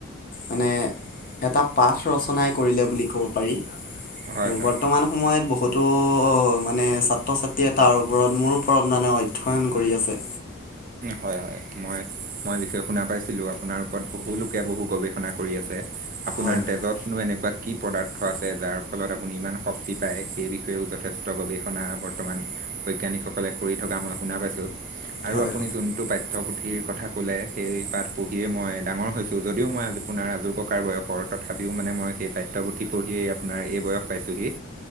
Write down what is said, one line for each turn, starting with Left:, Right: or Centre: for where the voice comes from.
Left: মানে এটা পাঠ ৰচনাই কৰিলে বুলি ক'ব পাৰি আৰু
Right: হয় হয়
Left: বৰ্তমান সময়ত বহুত বহুতো মানে ছাত্ৰ ছাত্ৰীয়ে তাৰ ওপৰত মোৰ ওপৰত মানে অধ্যয়ন কৰি আছে।
Right: হয় হয় মই মই বিষয়ে শুনা পাইছিলোঁ। আপোনাৰ ওপৰত বহুুলোকে বহু গৱেষণা কৰি আছে। আপোনাৰ
Left: হয় হয়
Right: তেজত নো এনেকুৱা কি পদাৰ্থ আছে যাৰ ফলত আপুনি ইমান শক্তি পায় সেই বিষয়েও যথেষ্ট গৱেষণা বৰ্তমান! বৈজ্ঞানিকসকলে কৰি থকা মই শু পাইছোঁ আৰু
Left: হয়
Right: <unintelligible> যোনটো পাঠ্যপুথিৰ কথা ক'লে সেই পাঠ পঢ়িয়ে মই ডাঙৰ হৈছোঁ যদিও মই আজি পোনাৰ ৰাজু টকাৰ বয়সৰ তথাপিও মানে মই সেই পাঠ্যপুথি পঢ়িয়েই আপোনাৰ এই বয়স পাইছোঁহি।